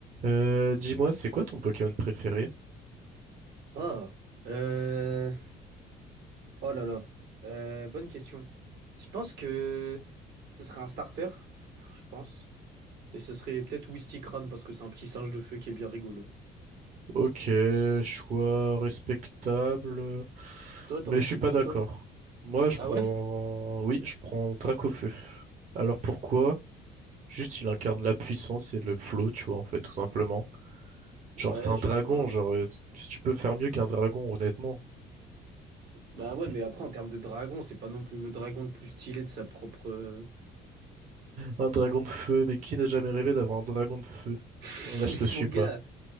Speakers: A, on the right; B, on the right.
A: Euh, dis-moi, c'est quoi ton Pokémon préféré?
B: Oh, euh, oh là là, Euh, bonne question. Je pense que ce serait un starter, je pense. Et ce serait peut-être Wistikram parce que c'est un petit singe de feu qui est bien rigolo.
A: Ok, choix respectable,
B: Toi, t'aurais
A: mais je
B: pris
A: suis pas
B: quoi,
A: d'accord.
B: toi?
A: Moi, je
B: Ah
A: prends,
B: ouais?
A: oui, je prends Dracofeu. Alors pourquoi? Juste, il incarne la puissance et le flow, tu vois, en fait, tout simplement. Genre,
B: Ouais,
A: c'est un
B: je
A: dragon,
B: vois.
A: genre, euh, qu'est-ce que tu peux faire mieux qu'un dragon, honnêtement?
B: Bah
A: <laughs>
B: ouais, mais après, en termes de dragon, c'est pas non plus le dragon le plus stylé de sa propre...
A: Un dragon de feu, mais qui n'a jamais rêvé d'avoir un dragon de feu?
B: <laughs>
A: Là, je
B: Mais
A: te suis
B: mon gars!
A: pas.